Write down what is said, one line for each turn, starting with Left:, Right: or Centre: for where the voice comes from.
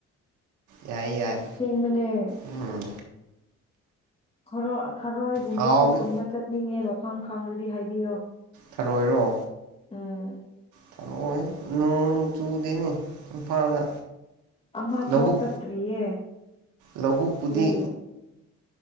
Right: ꯌꯥꯏ ꯌꯥꯏ
Left: ꯆꯤꯡꯕꯅꯦ
Right: ꯎꯝ
Left: ꯊꯔꯣ ꯊꯔꯣꯏꯒꯨꯝꯕꯁꯨ
Right: ꯍꯥꯎꯗꯤ
Left: ꯈꯨꯟꯕ ꯆꯠꯅꯤꯡꯉꯦ ꯃꯐꯝ ꯈꯪꯉꯗꯤ ꯍꯥꯏꯕꯤꯌꯣ
Right: ꯊꯔꯣꯏꯔꯣ
Left: ꯎꯝ
Right: ꯊꯔꯣꯏ ꯅꯣꯡ ꯆꯨꯗꯦꯅꯦ ꯏꯝꯐꯥꯜꯗ
Left: ꯑꯃ
Right: ꯂꯧꯕꯨꯛ
Left: ꯐꯥꯎ ꯆꯠꯇ꯭ꯔꯤꯌꯦ
Right: ꯂꯧꯕꯨꯛꯄꯨꯗꯤ
Left: ꯑꯗꯨꯒꯤ